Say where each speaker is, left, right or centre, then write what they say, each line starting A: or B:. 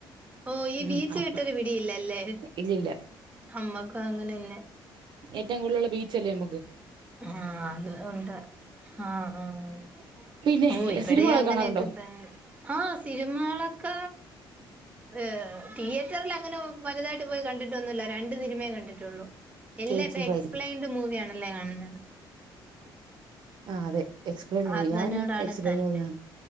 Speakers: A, on the right; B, on the right.
A: ഓഹ് ഈ
B: ഉം
A: ബീച്ച്
B: അപ്പ
A: വിട്ടൊരു പിടിയില്ലല്ലേ
B: ഇല്ലില്ല
A: അമ്മക്കു അങ്ങനന്നെ
B: ഏറ്റം കൂടുതല്ള്ള ബീച്ചല്ലേ ഞമ്മക്ക്
A: ആഹ് അത് ഉണ്ട് ആഹ് ആഹ്
B: പിന്നെ
A: ഓഹ് ഇവടീം
B: സിനിമകളൊക്കെ
A: അങ്ങനേക്കതന്നേ
B: കാണാറുണ്ടോ
A: ആഹ് സിനിമേളക്ക ഏഹ് തിയേറ്ററിലങ്ങനെ വലുതായിട്ട് പോയി കണ്ടിട്ടൊന്നുല്ല രണ്ട് സിനിമയേ കണ്ടിട്ടൊള്ളു എല്ലാ
B: കെ
A: ഇപ്പ
B: ജി എഫ്
A: എക്സ്പ്ലെയിൻഡ്
B: ആയിരിക്കും
A: മൂവിയാണല്ലേ കാണുന്നത്
B: ആഹ് അതെ എക്സ്പ്ലെയ്ൻട് മൂവി
A: അതിനോടാണ്
B: ഞാനും എക്സ്പ്ലെയ്ൻ
A: താല്പര്യം
B: മൂവി